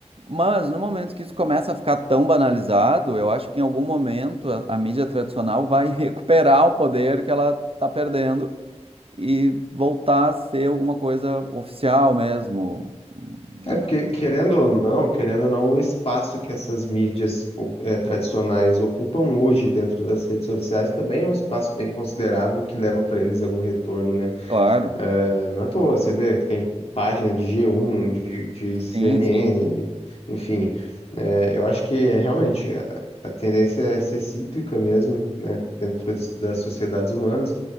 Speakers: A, on the right; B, on the left.
A: Mas no momento que isso começa a ficar tão banalizado, eu acho que em algum momento a, a mídia tradicional vai <laughs> recuperar o poder que ela está perdendo e voltar a ser alguma coisa oficial mesmo, de,
B: É porque, querendo ou não, querendo ou não, o espaço que essas mídias o- eh, tradicionais ocupam hoje dentro das redes sociais também é um espaço bem considerável que leva para eles algum retorno, né?
A: claro.
B: Eh, Não à toa, você vê que tem página de G1, de, de CNN,
A: Sim, sim,
B: enfim. Eh, eu acho que eh, realmente a, a tendência é ser cíclica mesmo, né, dentro das, das sociedades humanas.